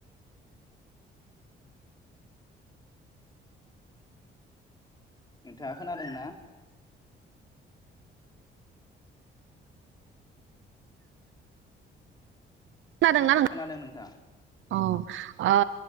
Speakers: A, on the left; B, on the right.
A: नोंथाङा खोनादोंना?
B: खोनादोंना नों
A: खोनादों नोंथां
B: अ अ